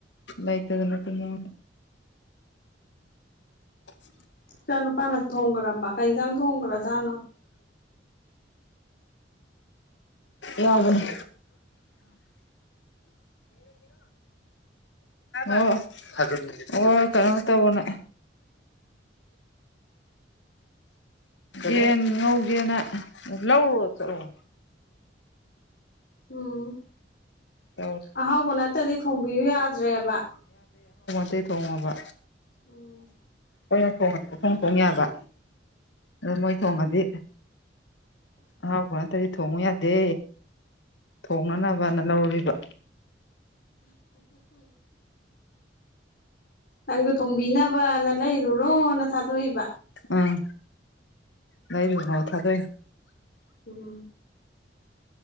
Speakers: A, on the left; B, on the left.
A: ꯂꯩꯇꯗꯅꯠꯇ ꯎ <inaudible>
B: ꯏꯆꯥ ꯅꯨꯄꯥꯅ ꯊꯣꯡꯈ꯭ꯔꯕ ꯀ ꯌꯦꯟꯖꯥꯡ ꯊꯣꯡꯈ꯭ꯔꯥꯖꯥꯅꯣ
A: ꯌꯥꯎꯕꯅꯦ ꯑꯣ ꯑꯣ ꯀꯩꯅꯣ ꯇꯧꯕꯅꯦ ꯌꯦꯟ ꯉꯧꯒꯦꯅ ꯂꯧꯔꯣ ꯆꯠꯂꯣ
B: ꯎꯝ
A: ꯇꯧꯔꯦ
B: ꯑꯍꯥꯎꯕ ꯅꯠꯇꯗꯤ ꯊꯣꯡꯕꯤꯌꯨ ꯌꯥꯗ꯭ꯔꯦꯕ
A: ꯇꯩ ꯊꯣꯡꯉꯕ
B: ꯎꯝ
A: ꯀꯣꯏ ꯊꯣꯡ ꯊꯣꯡ ꯊꯣꯡ ꯌꯥꯕ ꯑ ꯃꯣꯏ ꯊꯣꯡꯉꯗꯤ ꯑꯍꯥꯎꯕꯔꯇꯗꯤ ꯊꯣꯡꯉꯨ ꯌꯥꯗꯦ ꯊꯣꯡꯅꯅꯕꯅ ꯂꯧꯔꯨꯔꯤꯕ
B: ꯅꯪꯒ ꯊꯣꯡꯕꯤꯅꯕꯅ ꯂꯩꯔꯨꯔꯣꯅ ꯊꯥꯗꯣꯛꯏꯕ
A: ꯎꯝ ꯅꯏꯔ ꯉ ꯊꯥꯗ
B: ꯎꯝ